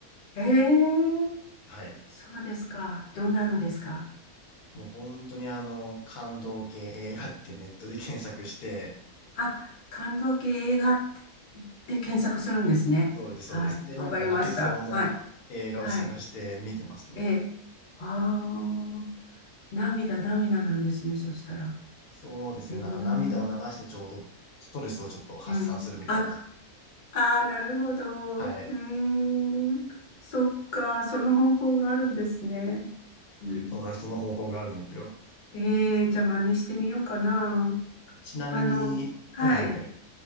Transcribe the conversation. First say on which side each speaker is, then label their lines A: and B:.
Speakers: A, on the left; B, on the left.
A: う。へえ、
B: はい。
A: そうですか。どんなのですか
B: もう本当にあの、感動系映画ってネットで検索して、
A: あ、感動系映画って検索するんですね。
B: そうです、
A: はい。
B: そうです。で、
A: わかりました。
B: なんか泣けそうな映画を探して見てますね。
A: はい。はい。ええ。ああ、涙、涙なんですね。そしたら。
B: そうですね。
A: うーん。
B: なんか涙を流してちょうどストレスをちょっと発散するみたいな。
A: うん。あ、あー、なるほど。
B: はい。
A: うーん。そっか、その方法があるんですね。うん。
B: そんな、その方法があるんですよ。
A: ええー、じゃあ真似してみようかな。
B: ちなみに、
A: あの、はい。
B: はいはいはい。